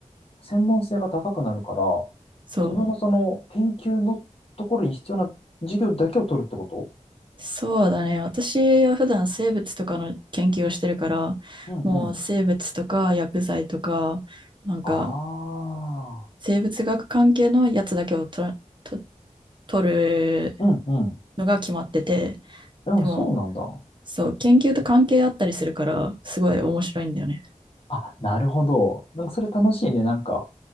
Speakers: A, on the left; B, on the right.
A: 専門性が高くなるから、
B: そ
A: 自分のその研究のところに必要な授業だけを取るってこと
B: う。そうだね。私は普段生物とかの研究をしてるから、
A: うんうん。
B: もう生物とか薬剤とか、なんか
A: ああ、
B: 生物学関係のやつだけをと、と、取る
A: うんうん。
B: のが決まってて、
A: でもそうなんだ。
B: でもそう、研究と関係あったりするから、すごい面白いんだよね。
A: あ、なるほど。なんかそれ楽しいね。なんか、